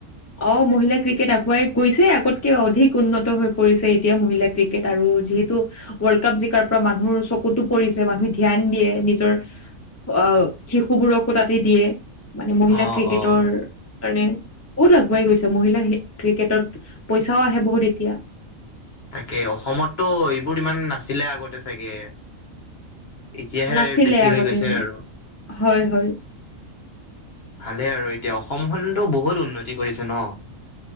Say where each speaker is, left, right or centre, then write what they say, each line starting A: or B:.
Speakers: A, on the left; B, on the left.
A: অ মহিলা ক্ৰিকেট আগুৱাই গৈছে আগতকে অধিক উন্নত হৈ পৰিছে এতিয়া মহিলা ক্ৰিকেটা আৰু যিহেতু ৱৰ্ল্ড কাপ জিকাৰ পৰা মানুহৰ চকুতো পৰিছে মানুহ ধ্যান দিয়ে নিজৰ অ শিশুবোৰকো তাতে দিয়ে মানে মহিলা
B: অ',
A: ক্ৰিকেটৰ
B: অ',
A: কাৰণে বহুত আগুৱাই গৈছে, মহিলা ক্ৰিকেটত পইচাও আহে বহুত এতিয়া
B: তাকে অসমততো এইবোৰ ইমান নাছিলে আগতে চাগে এতিয়াহে
A: নাছিলে
B: বেছি
A: আগতে
B: হৈ গৈছে
A: ইমান
B: আৰু
A: হয় হয়
B: ভালে আৰু এতিয়া অসমখনতো বহুত উন্নতি কৰিছে ন